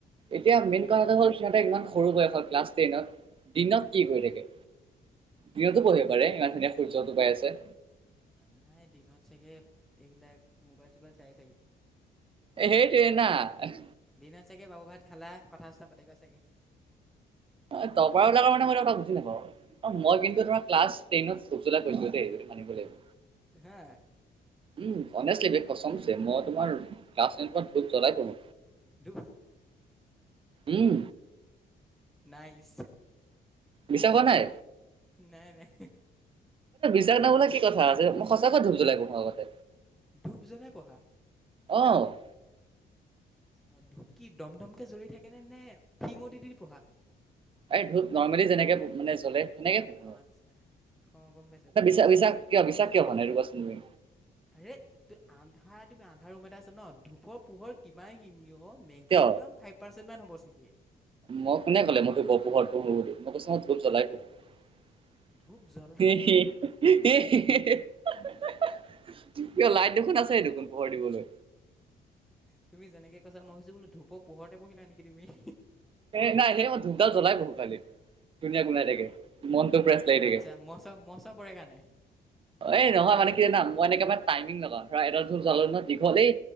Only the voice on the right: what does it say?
এতিয়া মেইন কথাটো হ'ল সিহঁতে ইমান সৰু বয়সত ক্লাছ টেনত, দিনত
কি কৰি থাকে? দিনটো পঢ়িব পাৰে ইমান ধুনীয়া সূৰ্যটো পাই আছে।
এ সেইটোৱে না এহ।
অ দবৰাবিলাকৰ মানে মই এটা কথা বুজি নাপাওঁ আৰু। অ মই কিন্তু ধৰা ক্লাছ টেনত ধুপ জ্বলাই পঢ়িছিলো দেই এইটো মানিব লাগিব।
উম অণেষ্টলি বে কছম চে মই তোমাৰ ক্লাছ টেনত ধূপ জ্বলাই পঢ়ো।
উম।
বিশ্বাস হোৱা নাই?
বিশ্বাস নহবলে কি কথা আছে। মই সঁচাকৈ ধূব জ্বলাই পঢ়োঁ আগতে।
অ'।
আৰে ধুপ নৰ্মেলি যেনেকে মানে জ্বলে। সেনেকে পোহো
তা বিশ্বাস কিয় বিশ্বাস কিয় হোৱা নাই সেইটো কোৱাছোন তুমি?
কিয়
মই কোনে ক'লে মই ধোপৰ পোহৰত বুলি, মই কৈছো মই ধুপ জ্বলাই পঢ়ো। <unintelligible>
কিয় লাইট দেখোন আছে দেখোন পোহৰ দিবলৈ।
এ নাই সেই মই ধূপডাল জ্বলাই পঢ়ো খালি। ধুনীয়া গোন্ধাই থাকে মনটো ফ্ৰেছ লাগি
থাকে
এই নহয় মানে কি জানা মই এনেকে বা টাইমিং লগাও ধৰা এডাল ধুপ জ্বলালো ন দীঘলেই